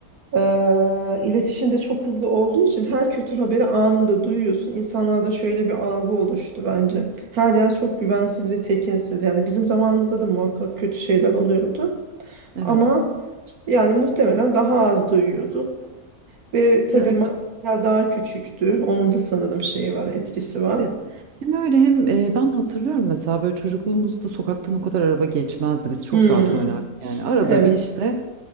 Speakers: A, on the right; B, on the right.
A: eee iletişimde çok hızlı olduğu için her kötü haberi anında duyuyorsun. İnsanlarda şöyle bir algı oluştu bence. Her yer çok güvensiz ve tekinsiz. Yani bizim zamanımızda da muhakkak kötü şeyler oluyordu.
B: Evet.
A: Ama işte yani muhtemelen daha az duyuyorduk. Ve tabii
B: Ya
A: mahalleler daha küçüktü. Onun da sanırım şeyi var, etkisi var.
B: evet. Hem öyle hem e, ben hatırlıyorum mesela böyle çocukluğumuzda sokaktan o kadar araba geçmezdi. Biz çok
A: Hmm,
B: rahat oynardık. Yani arada
A: evet.
B: bir işte